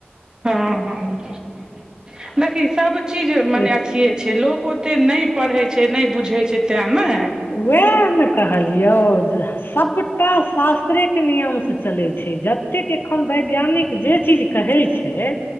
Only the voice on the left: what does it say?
ओहि
वएह ने कहलियौ जे सबटा शास्त्रके नियम चलै छै जतेक एखन वैज्ञानिक जे चीज कहै छै